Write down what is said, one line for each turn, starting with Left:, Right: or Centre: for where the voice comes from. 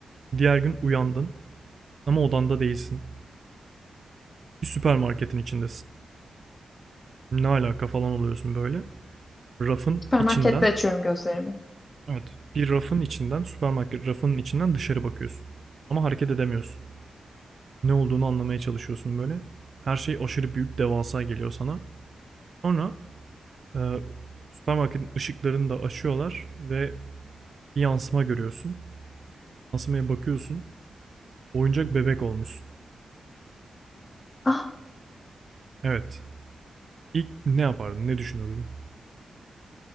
Right: Diğer gün uyandın ama odanda değilsin. Bir süpermarketin içindesin. Ne alaka falan oluyorsun böyle. rafın
Left: Süpermarkette
Right: içinden
Left: açıyorum gözlerimi.
Right: evet bir rafın içinden süpermarket rafının içinden dışarı bakıyorsun. Ama hareket edemiyorsun. Ne olduğunu anlamaya çalışıyorsun böyle. Her şey aşırı büyük devasa geliyor sana. Sonra e, süpermarketin ışıklarını da açıyorlar ve bir yansıma görüyorsun. Yansımaya bakıyorsun. Oyuncak bebek olmuşsun.
Left: Ah,
Right: Evet. İlk ne yapardın? Ne düşünürdün?